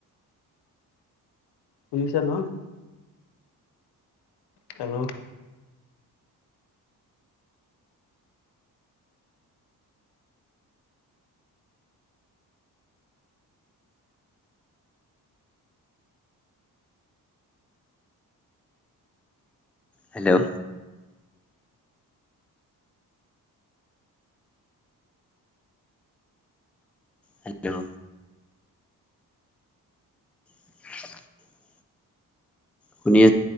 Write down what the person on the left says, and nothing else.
শুনিছা ন? হেল্ল'অ